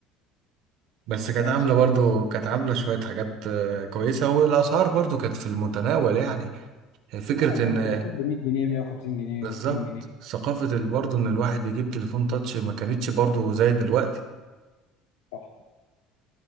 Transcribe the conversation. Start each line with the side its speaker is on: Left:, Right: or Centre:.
Right: بس كانت
Left: وانا
Right: عاملة
Left: مسكت
Right: برضو
Left: منهم
Right: كانت عاملة شوية حاجات آه، كويسة والأسعار برضو كانت في المتناول يعني فكرة
Left: اه
Right: إن
Left: كان التليفون ب 100 جنيه 150 جنيه
Right: بالظبط
Left: و200 جنيه
Right: ثقافة ال- برضو إن الواحد يجيب تليفون تاتش ما كانتش برضو زي دلوقتي
Left: صح